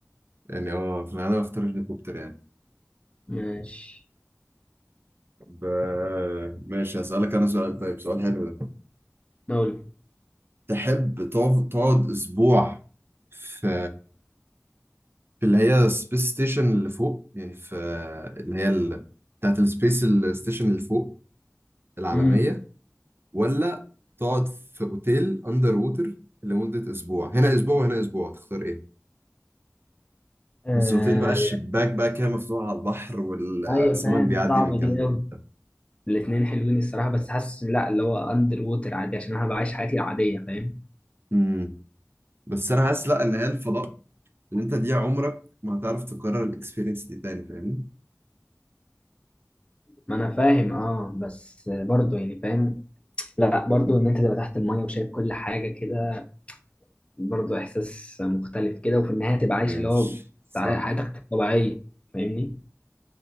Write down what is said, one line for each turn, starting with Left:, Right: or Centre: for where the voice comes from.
Right: يعني اه في الغالب اختار الهليكوبتر يعني
Left: ماشي
Right: ب... ماشي اسالك انا سؤال طيب سؤال حلو ده
Left: مولد
Right: تحب تقعد تقعد اسبوع في في اللي هي سبيس ستيشن اللي فوق يعني في اللي هي ال... بتاعت السبيس ستيشن اللي فوق العالمية
Left: امم
Right: ولا تقعد في اوتيل اندر ووتر لمدة اسبوع هنا اسبوع وهنا اسبوع تختار ايه
Left: آه
Right: بس اوتيل بقى الشباك بقى كده مفتوح على البحر والسمك
Left: ايوه فاهم
Right: بيعدي
Left: صعبه
Right: من جنبك
Left: دي قوي
Right: وبتاع
Left: الاثنين حلوين الصراحه بس حاسس لا اللي هو اندر ووتر عادي عشان انا هبقى عايش حياتي العاديه فاهم
Right: امم بس انا حاسس لا ان هي الفضاء اللي انت دي عمرك ما هتعرف تكرر الاكسبيرينس دي تاني فاهمني
Left: ما انا فاهم اه بس برضه يعني فاهم لا برضه ان انت تبقى تحت الميه وشايف كل حاجه كده برضه احساس مختلف كده وفي النهايه تبقى عايش
Right: ماشي
Left: اللي هو
Right: صح
Left: بتاع حياتك الطبيعيه فاهمني